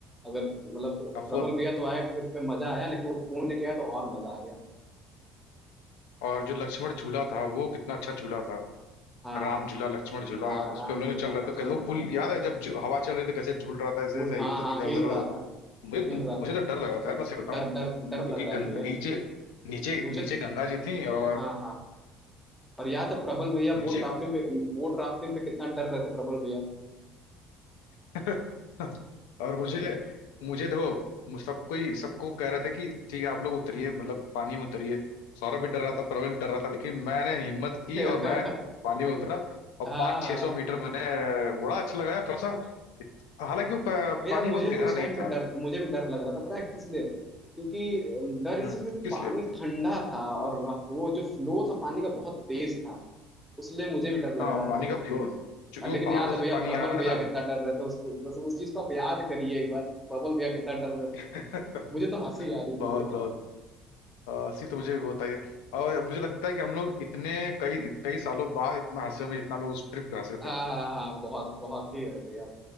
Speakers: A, in the centre; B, on the left.
A: अगर मतलब प्रबल
B: फोन
A: भैया तो आया ट्रिप पे मजा आया लेकिन वो फोन लेके आया तो और मजा आ गया
B: और जो लक्ष्मण झूला था वो कितना अच्छा झूला था
A: हाँ
B: राम झूला लक्ष्मण झूला
A: हाँ
B: उस
A: राम
B: पे हम लोग
A: झूला
B: चल रहे
A: लक्ष्मण
B: थे कैसे वो
A: झूला
B: पुल याद है जब जो- हवा चल रही थी कैसे झूल रहा था ऐसे
A: फूल
B: ऐसे
A: हाँ
B: इधर
A: हाँ हिल
B: उधर
A: रहा
B: हो रहा था।
A: था
B: मुझे
A: हिल रहा
B: मुझे
A: था
B: तो डर लग रहा था यार मैं सही बताऊं
A: डर डर
B: क्योंकि
A: डर लग रहा
B: गं,
A: था भैया
B: नीचे नीचे
A: मुझे
B: नीचे गंगा जी थी और
A: हाँ हाँ और याद है प्रबल भैया
B: तो नीचे
A: बोट राफ्टिंग पे बोट राफ्टिंग पे कितना डर रहे थे प्रबल भैया
B: <laughs> और मुझे मुझे देखो मु- सब कोई सबको कह रहा था कि ठीक है आप लोग उतरिए मतलब पानी में उतरिए सौरभ भी डर रहा था प्रबल डर रहा था लेकिन मैंने हिम्मत की
A: <laughs>
B: और मैं पानी में उतरा और
A: हाँ
B: पाँच छह सौ मीटर मैंने अ, बड़ा अच्छा लगाया थोड़ा सा हालांकि वो प-
A: भैया
B: पानी
A: मुझे
B: बहुत गहरा
A: भी उस
B: नहीं
A: टाइम पे
B: था
A: डर मुझे भी डर लग रहा था पता है किस लिए क्योंकि अम, डर इस
B: हम्म
A: चीज का कि
B: किस
A: पानी
B: लिए
A: ठंडा था और रफ- वो जो फ्लो था पानी का बहुत तेज था उसलिए मुझे भी डर लग
B: हाँ
A: रहा
B: पानी
A: था
B: का फ्लो क्योंकि
A: और लेकिन
B: वो पहाड़ों
A: याद है
B: से
A: भैया
B: पानी
A: प्रबल
B: आ रहा
A: भैया
B: है ना
A: कितना डर रहे थे उसको बस उस चीज को आप याद करिए एक बार प्रबल भैया कितना डर रहे
B: <laughs>
A: थे मुझे तो हंसी आ रही
B: बहुत बहुत अ, हंसी तो मुझे भी बहुत आई है। और मुझे लगता है कि हम लोग इतने कई कई सालों बाद इतना हंसे होंगे जितना हम लोग उस ट्रिप पे हंसे
A: हाँ हाँ हाँ हाँ, बहुत बहुत ही है भैया